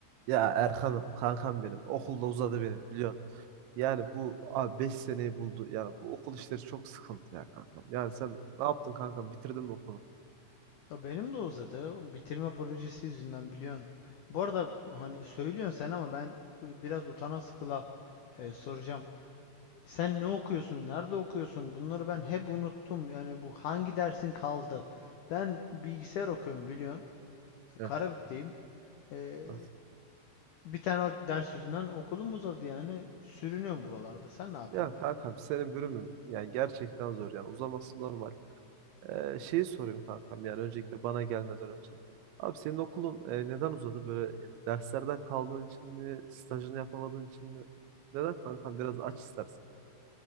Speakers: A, on the right; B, on the left.
A: Ya Erkan'ım, kankam benim. Okulda uzadı benim biliyorsun. Yani bu abi 5 seneyi buldu. Yani bu okul işleri çok sıkıntı ya kankam. Yani sen ne yaptın kankam? Bitirdin mi okulu?
B: Ya benim de uzadı. O Bitirme projesi yüzünden biliyorsun. Bu arada hani söylüyorsun sen ama ben e, biraz utana sıkıla e, soracağım. Sen ne okuyorsun? Nerede okuyorsun? Bunları ben hep unuttum. Yani bu hangi dersin kaldı? Ben bilgisayar okuyorum biliyorsun.
A: Evet.
B: Karabük'teyim. E,
A: evet.
B: bir tane o ders yüzünden okulum uzadı yani. Sürünüyorum buralarda. Sen ne yapıyorsun?
A: Ya kankam senin bölümün yani gerçekten zor yani uzaması normal. Ee, şeyi sorayım kankam yani öncelikle bana gelmeden önce. Abi senin okulun e, neden uzadı? Böyle e, derslerden kaldığın için mi? Stajını yapamadığın için mi? Neden kankam? Biraz aç istersen.